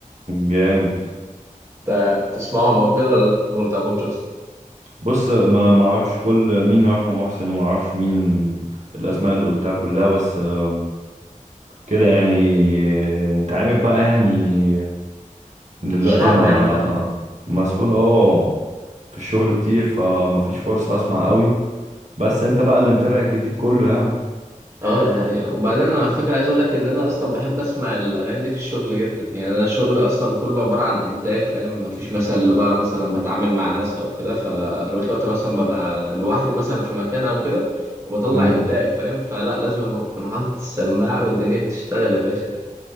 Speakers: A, on the right; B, on the right.
A: جامد
B: انت بتسمعهم او كده ولا لا ولا ما بتعرفهمش اصلا
A: بص ما ما اعرفش كل مين رحمة محسن وما اعرفش مين الاسماء اللي قلتها كلها بس آه، كده يعني انت عارف بقى يعني دلوقتي
B: شعبي
A: انا
B: عامه
A: مسحول اه في الشغل كتير فما فيش فرصة اسمع قوي بس انت بقى اللي متابع الجديد كله يعني
B: اه ده حقيقة وبعدين انا على فكرة عايز اقول لك ان انا اصلا بحب اسمع الاغاني دي في الشغل جدا يعني انا شغلي اصلا كله عبارة عن انتاج فاهم ما فيش مثلا اللي بقى مثلا بتعامل مع الناس او كده فاغلبية الوقت مثلا ببقى لوحدي مثلا في مكان او كده وبطلع
A: مم.
B: انتاج فاهم فلا لازم اكون حاطط السماعة والدنيا بتشتغل يا باشا